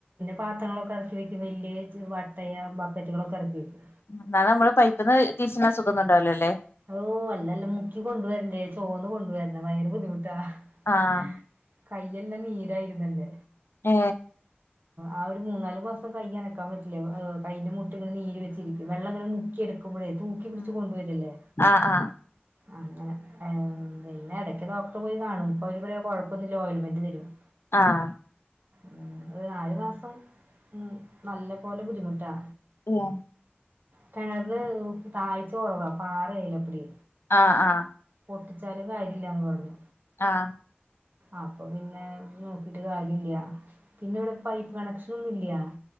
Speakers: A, on the right; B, on the left.
A: പാത്രങ്ങളോ പെറക്കി വെക്കും വെല്യ വട്ടയ ബക്കറ്റുകളൊക്കെ എറക്കി വെക്കും
B: ന്നാ നമ്മള് പൈപ്പിന്ന് തിര്ച്ച്ണ സുഖോന്നുണ്ടാവില്ലാല്ലേ
A: ഓ അല്ലല്ലാം മുക്കി കൊണ്ടുവരണ്ടേ ചോന്നു കൊണ്ടുവരുണം വയ്റ് ബുദ്ധിമുട്ടാ ഹ്
B: ആഹ്
A: കൈയെല്ലാം നീരായിരുന്നു ന്നണ്ട്
B: ഏ
A: ആ ഒരു മൂന്നാല് മാസം കയ്യനക്കാൻ പറ്റില്യാ കയ്യിന്റെ മുട്ടിന് നീര് വെച്ചിരിക്കും വെള്ളംങ്ങനെ മുക്കിയെടുക്കും മ്പഴേ തൂക്കി പിടിച്ച് കൊണ്ടുവരില്ലേ
B: ആഹ് ആഹ്-
A: അങ്ങനെ- ആഹ് ആഹ് പിന്നെ അടക്ക് ഡോക്ടറ് പോയി കാണും പ്പൊ അവര് പറയ കൊഴപ്പൊന്നില്ല ഓയിൽമെൻ്റ് തരും-
B: ആഹ് -
A: ഉം ഒരു നാലു മാസം ഉം നല്ല പോലെ ബുദ്ധിമുട്ടാ
B: <unintelligible>
A: കെണറ് താഴ്ച്ച കൊറവാ പാ വെയ്ലപ്പടി
B: ആഹ് ആഹ്
A: പൊട്ടിച്ചാലും കാര്യില്ലാന്ന് പറഞ്ഞു
B: ആഹ്
A: അപ്പൊ പിന്നെ നോക്കിട്ട് കാര്യല്ല്യാ പിന്നെ ഇവിടെ പൈപ്പ് കണക്ഷനൊന്നൂല്ല്യാ